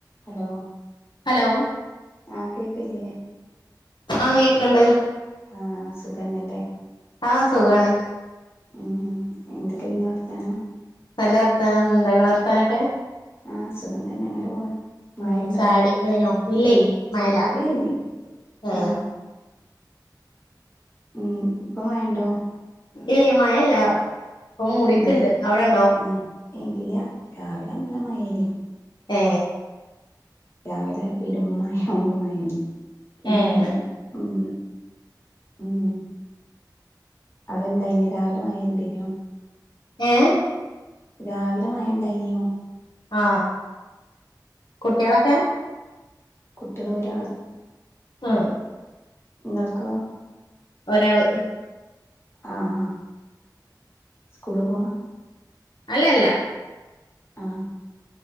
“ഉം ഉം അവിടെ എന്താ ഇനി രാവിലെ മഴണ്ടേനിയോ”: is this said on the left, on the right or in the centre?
Left